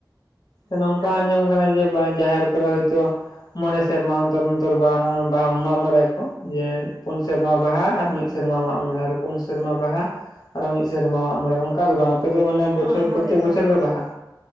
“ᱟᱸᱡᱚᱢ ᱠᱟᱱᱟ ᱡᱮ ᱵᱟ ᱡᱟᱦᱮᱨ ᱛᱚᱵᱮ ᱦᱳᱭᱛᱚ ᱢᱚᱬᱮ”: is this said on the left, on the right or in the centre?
Left